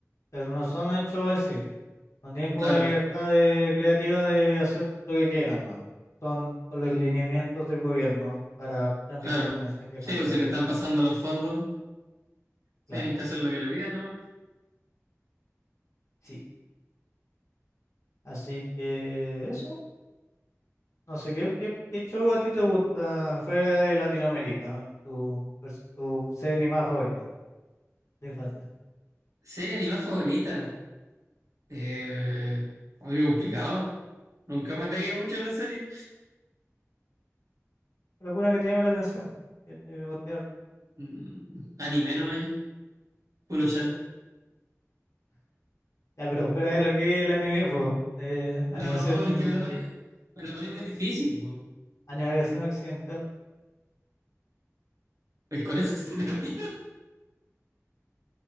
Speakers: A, on the left; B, on the right.
A: pero no son el show en sí. No tienen como
B: Claro,
A: la libertad de- creativa de hacer lo que quieran, ¿no? Son con los lineamientos del gobierno para transmitir
B: claro.
A: un mensaje de
B: Sí,
A: campaña,
B: o si le están pasando los fondos,
A: claro.
B: tienen que hacer lo que le pidan, ¿no?
A: Sí. Así que eso. No sé, ¿qué, qué, qué show a ti te gusta fuera de Latinoamérica? Tu, pers- tu serie animada favorita de infancia.
B: Serie animada favorita. Eh, oye, complicado. Nunca me pegué mucho en una serie.
A: ¿Alguna que te llame la atención? Que te guste
B: Mm, anime nomás yo. Kuro-chan.
A: Ya, pero fuera de lo que es el anime, pues, eh,
B: No,
A: animación,
B: pero es que me lo ponen, me lo ponen muy
A: oc-
B: difícil, po.
A: animación occidental,
B: El conejo <laughs> terapia.